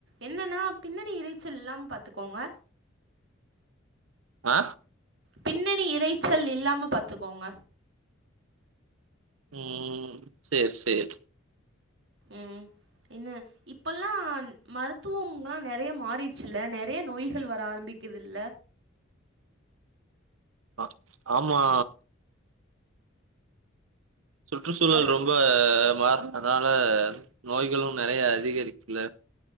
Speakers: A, on the right; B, on the right.
A: என்னன்னா பின்னணி இறைச்சல் இல்லாம பாத்துக்கோங்க
B: ஆ
A: பின்னனி இறைச்சல் இல்லாம பாத்துக்கோங்க
B: ம் செரி செரி
A: ம் என்ன இப்பல்லா மருத்துவம்ல்லா நெறைய மாறிச்சுல்ல நெறைய நோய்கள் வர ஆரம்பிக் கிதுல்ல
B: ஆ ஆமா சுற்றுச்சூழல்
A: அத
B: ரொம்ப மாறுனனால நோய்களு நெறைய அதிகரிக்குள்ள